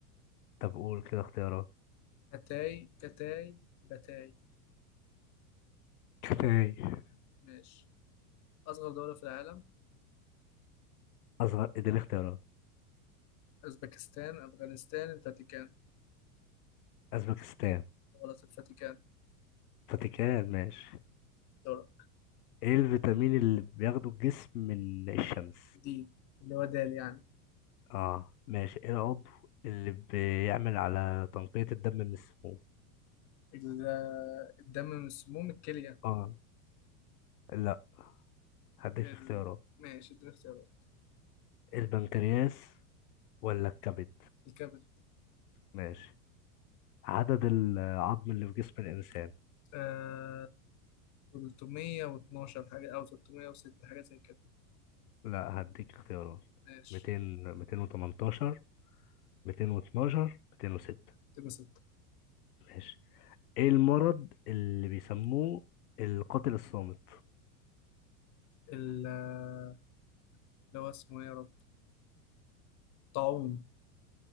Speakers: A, on the left (about 80°); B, on the left (about 40°).
A: طب قول كده اختيارات
B: أتاي كتاي بتاي
A: كفاية
B: ماشي أصغر دولة في العالم
A: أصغر اديني اختيارات
B: أوزبكستان أفغانستان الفاتيكان
A: أزبكستان
B: غلط الفاتيكان
A: فاتيكان ماشي
B: دولة
A: ايه الفيتامين اللي بياخده الجسم من الشمس
B: دي اللي هو دال يعني
A: اه ماشي ايه العضو اللي بيعمل على تنقية الدم من السموم
B: ال- الدم من سموم الكلية
A: اه لا هديك
B: ال...
A: اختيارات
B: ماشي اديني اختيارات
A: البنكرياس ولا الكبد
B: الكبد
A: ماشي عدد العظم اللي في جسم الإنسان
B: آه... 312 حاجة أو 306 حاجة زي كده
A: لا هديك اختيارات
B: ماشي
A: 200 218 212 206
B: تبقى ستة
A: ماشي ايه المرض اللي بيسموه القاتل الصامت
B: ال آه، اللي هو اسمه إيه يا رب طاعون